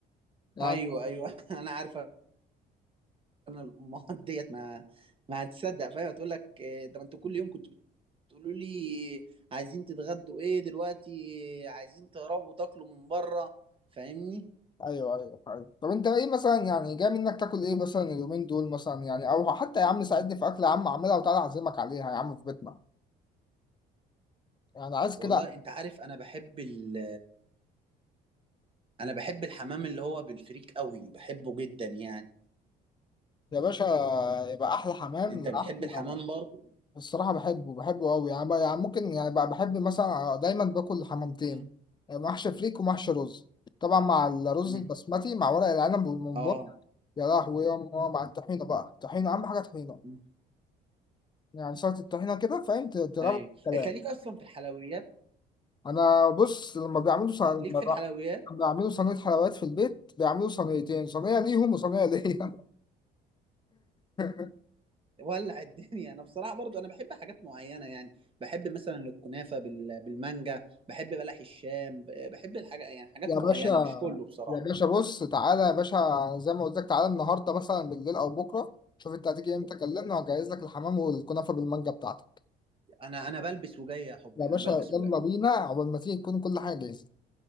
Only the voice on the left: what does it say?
يعني
ايوه ايوه ايوه طب انت ايه مثلا يعني جاي منك تاكل ايه مثلا اليومين دول مثلا يعني او حتى يا عم ساعدني في اكل يا عم اعملها وتعالى اعزمك عليها يا عم في بيتنا يعني عايز
كده
يا باشا يبقى احلى حمام
احلى
الصراحه بحبه بحبه قوي يعني, بقى يعني ممكن يعني بقى بحب مثلا دايما باكل حمامتين
محشي فريك ومحشي رز طبعا مع الرز
البسمتي مع ورق العنب والممبار
يا لهوي يا ماما مع الطحينه بقى الطحينه اهم حاجه طحينه
يعني سلطه الطحينه كده فاهم ت- تروق
الكلام
انا بص لما بيعملوا ص...
لما
بع-
لما بيعملوا صينيه حلويات في البيت بيعملوا صينيتين صينيه ليهم وصينيه ليا <laughs>
يا
باشا
يا باشا بص تعالى يا باشا زي ما قلت لك تعالى النهارده مثلا بالليل او بكره شوف انت هتيجي امتى كلمني وهجهز لك الحمام والكنافه بالمانجا بتاعتك
يا باشا
يلا
بينا عقبال ما تيجي تكون كل حاجه جاهزه